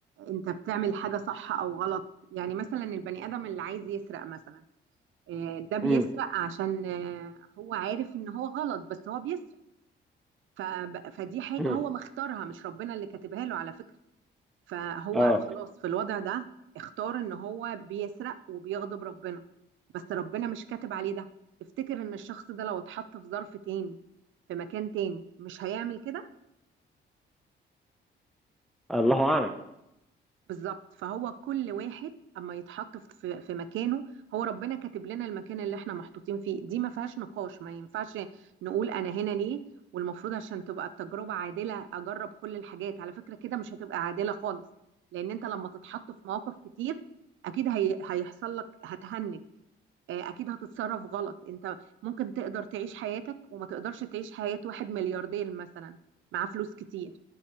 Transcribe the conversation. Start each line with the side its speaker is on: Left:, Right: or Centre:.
Right: انت بتعمل حاجة صح او غلط يعني مثلا البني ادم اللي عايز يسرق مثلا آه، ده بيسرق
Centre: مم.
Right: عشان آه، هو عارف ان هو غلط بس هو بيسرق فب- فدي حاجة
Centre: مم.
Right: هو مختارها مش ربنا اللي كاتبها له على فكرة فهو
Centre: اه
Right: خلاص في الوضع ده اختار ان هو بيسرق وبيغضب ربنا بس ربنا مش كاتب عليه ده تفتكر ان الشخص ده لو اتحط في ظرف تاني في مكان تاني مش هيعمل كده
Centre: الله اعلم
Right: بالظبط فهو كل واحد اما يتحط في في في مكانه هو ربنا كاتب لنا المكان اللي احنا محطوطين فيه دي ما فيهاش نقاش ما ينفعش نقول انا هنا ليه والمفروض عشان تبقى التجربة عادلة اجرب كل الحاجات على فكرة كده مش هتبقى عادلة خالص لان انت لما تتحط في مواقف كتير اكيد هي هيحصل لك هتهنج آه، اكيد هتتصرف غلط انت ممكن تقدر تعيش حياتك وما تقدرش تعيش حياة واحد ملياردير مثلا معاه فلوس كتير